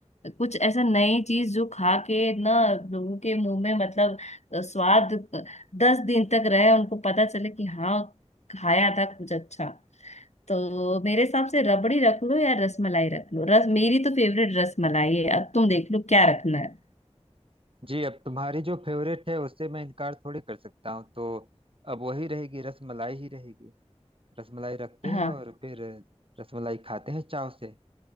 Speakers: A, on the left; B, on the right.
A: कुछ ऐसा नई चीज जो खा के ना लोगों के मुंह में मतलब अ, स्वाद दस दिन तक रहे उनको पता चले कि हाँ खाया था कुछ अच्छा तो मेरे हिसाब से रबड़ी रख लो या रस मलाई रख लो रस मेरी तो फेवरेट रस मलाई है अब तुम देख लो क्या रखना है
B: जी अब तुम्हारी जो फेवरेट है उससे मैं इनकार थोड़ी कर सकता हूँ तो अब वही रहेगी रसमलाई ही रहेगी रसमलाई रखते
A: हाँ
B: हैं और फिर रसमलाई खाते हैं चाव से